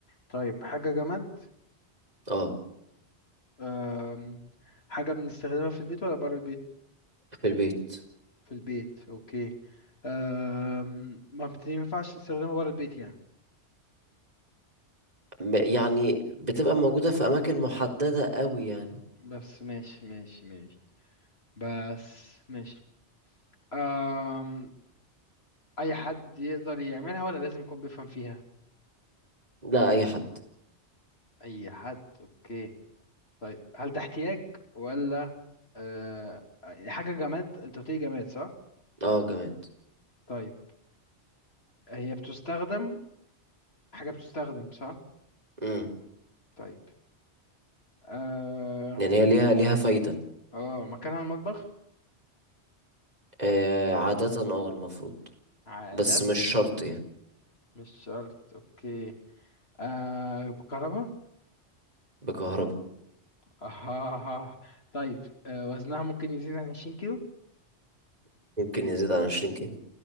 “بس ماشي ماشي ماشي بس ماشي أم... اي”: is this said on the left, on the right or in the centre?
Left